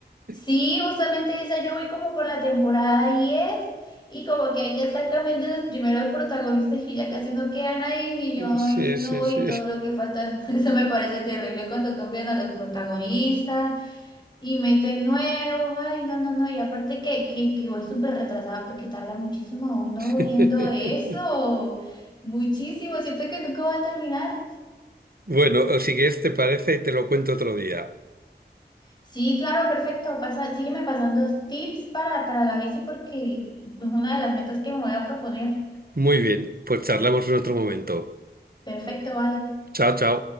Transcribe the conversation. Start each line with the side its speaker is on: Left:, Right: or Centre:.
Left: Sí,
Right: <laughs>
Left: justamente esa yo voy como por la temporada 10 y como que ya están cambiando los primeros protagonistas y ya casi no queda nadie, ni yo,
Right: Sí,
Left: y no,
Right: sí, sí.
Left: y todo lo que falta. <laughs> Eso me parece terrible cuando cambian a los protagonistas y meten nuevos, ay, no, no, no, y aparte que, que, que voy súper retrasada porque tarda muchísimo uno
Right: <laughs>
Left: viendo eso, muchísimo, siento que nunca va a terminar.
Right: Bueno, o si quieres, te parece, te lo cuento otro día.
Left: Sí, claro, perfecto. Pasa, sígueme pasando tips para, para la bici porque es una de las metas que me voy a proponer.
Right: Muy bien, pues charlamos en otro momento.
Left: Perfecto, vale.
Right: Chao, chao.